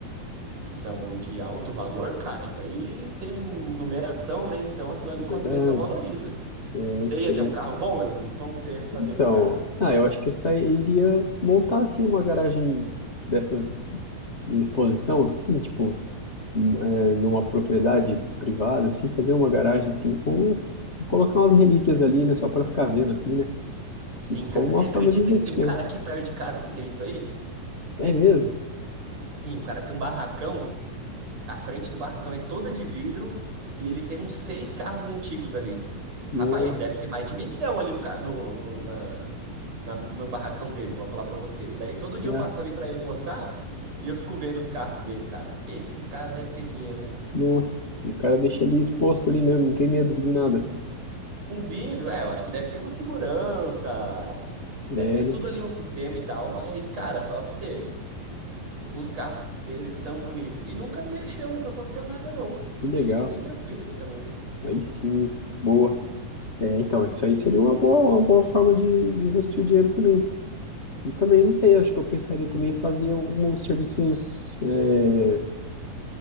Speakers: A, on the right (about 45°); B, on the left (about 25°).
A: que são de alto valor, cara, isso aí tem numeração, né? Então aquilo ali
B: é verdade.
A: quando vê só valoriza.
B: É,
A: Você
B: isso
A: ia
B: seria.
A: ter um carro
B: um,
A: bom, Leozinho? Como que você ia fazer
B: Então,
A: com o carro?
B: ah, eu acho que eu sairia montar, assim, uma garagem dessas de exposição, assim, tipo, um, é, numa propriedade privada, assim, fazer uma garagem, assim, com. com- Colocar umas relíquias ali, né? Só pra ficar vendo, assim, né?
A: Sim,
B: Isso
A: cara,
B: como
A: você
B: uma
A: acredita
B: forma de investimento.
A: que tem um cara aqui perto de casa que tem isso aí?
B: É mesmo?
A: Sim, o cara tem um barracão A frente do barracão é toda de vidro e ele tem uns seis carros antigos ali.
B: Nossa,
A: Rapaz, deve ter mais de milhão ali no, ca- no, no, na, na- no barracão dele, vou falar pra você. E daí todo dia
B: é
A: eu passo
B: a-
A: ali pra ir almoçar e eu fico vendo os carros dele, cara. Esse cara deve ter dinheiro, hein?
B: nossa, e o cara deixa ali exposto ali mesmo, não tem medo de nada.
A: Com vidro, é, eu acho que deve ter uma segurança,
B: É,
A: deve ter
B: né?
A: tudo ali, um sistema e tal, mas, cara, falar pra você, os carros deles são bonitos. E nunca mexeu, nunca aconteceu nada, não.
B: Que legal.
A: Acho que é bem tranquilo aqui também, né?
B: Aí sim, boa. É, então, isso aí seria uma boa, uma boa forma de, de investir o dinheiro também. E também, não sei, acho que eu pensaria também em fazer alguns serviços, é,